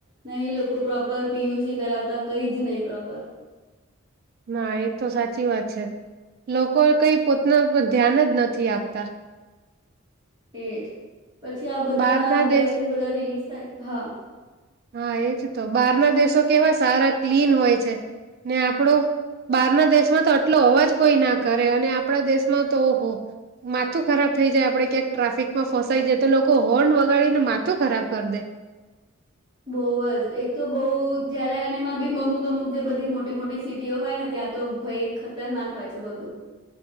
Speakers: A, on the right; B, on the right.
A: નહી લોકો પ્રોપર પીયુસી કરાવતા કઈ જ નહીં પ્રોપર.
B: હા એ તો સાચી વાત છે, લોકો કઈ પોતાના પર ધ્યાન જ નથી આપતા.
A: એ જ. પછી આ બધા
B: બહારના
A: ના ગેસીસ
B: દેશ
A: બધા રિલીઝ હા.
B: હા એજ તો બહાર ના દેશો કેવા સારા ક્લીન હોય છે, ને આપડો બહાર ના દેશમાં તો આટલો અવાજ કોઈ ના કરે અને આપડા દેશમાં તો માથું ખરાબ થઈ જાય આપડે ક્યાંક ટ્રાફિકમાં ફસાઈ જાય તો લોકો હોર્ન વગાડી ને માથું ખરાબ કર દે.
A: બહ જ એક તો બહ જયારે બી અમુક અમુક જે બધી મોટી મોટી સિટીઓ હોય ને ત્યાં તો ભાઈ ખતરનાક હોય છે બધું.